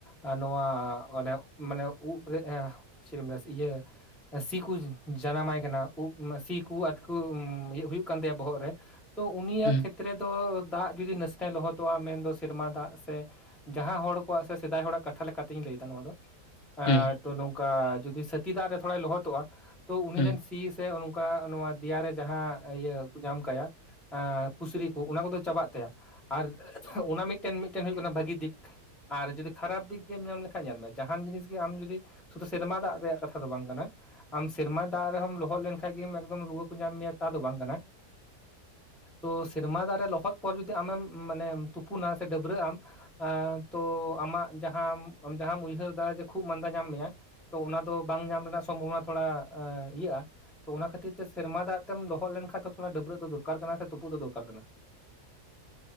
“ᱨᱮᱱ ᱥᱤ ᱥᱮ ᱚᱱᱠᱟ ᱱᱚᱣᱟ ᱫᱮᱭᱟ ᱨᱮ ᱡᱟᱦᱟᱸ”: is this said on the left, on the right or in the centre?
Centre